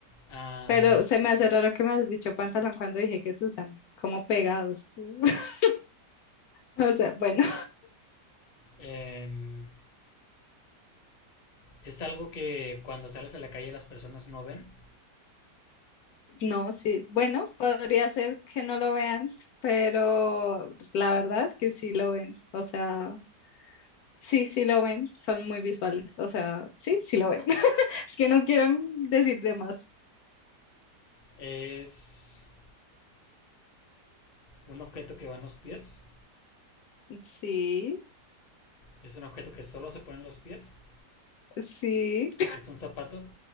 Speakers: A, on the left (about 40°); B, on the left (about 70°).
A: Am,
B: Pero se me hace raro que me has dicho pantalón cuando dije que se usan como pegados. <laughs> O sea, bueno.
A: em, es algo que cuando sales a la calle las personas no ven.
B: No, sí, bueno, podría ser que no lo vean, pero la verdad es que sí lo ven, o sea, sí, sí lo ven, son muy visuales, o sea, sí, sí lo ven. <laughs> Es que no quieren decir de más.
A: Es un objeto que va en los pies.
B: Sí,
A: Es un objeto que solo se pone en los pies.
B: sí,
A: Es un zapato.